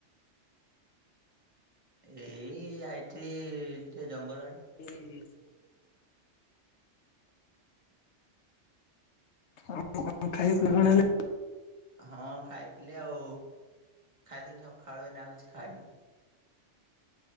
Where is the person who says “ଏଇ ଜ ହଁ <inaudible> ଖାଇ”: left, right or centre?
Left